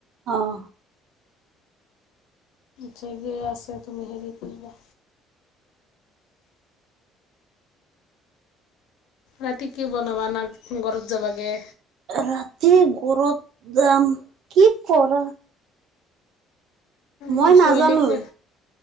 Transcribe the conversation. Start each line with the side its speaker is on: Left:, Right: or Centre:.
Right: অঁ
Left: ঠিকে আছে তুমি হেৰি কৰিবা। ৰাতি কি বনাবা ন ঘৰত যাবাগে।
Right: ৰাতি গৰত দাম কি গৰম মই
Left: মোৰ
Right: নাজানো।
Left: ছোৱালী কৈ